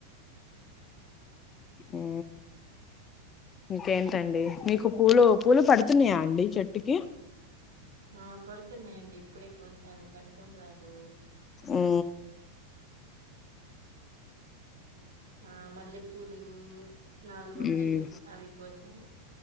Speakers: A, on the left; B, on the right.
A: ఉ ఇంకేంటి అండి మీకు పూలు పూలు పడుతున్నాయా అండి చెట్టుకి
B: ఆ పడుతున్నాయి అండి ఇప్పుడే కోశాను కనకంబరాలు
A: ఉ
B: ఆ మల్లెపూలు నాలుగు వొచ్చినయి
A: ఉమ్
B: అవి కోసాను